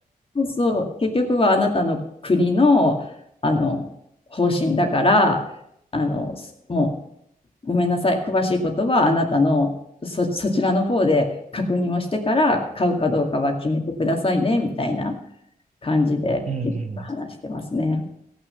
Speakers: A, on the left (about 40°); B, on the right (about 50°).
A: そうそう、結局はあなたの国の、あの、方針だから、あの、もごめんなさい、詳しいことはあなたのそそちらの方で確認をしてから買うかどうかは決めてくださいねみたいな感じで結局話してますね。
B: <laughs> うんうん。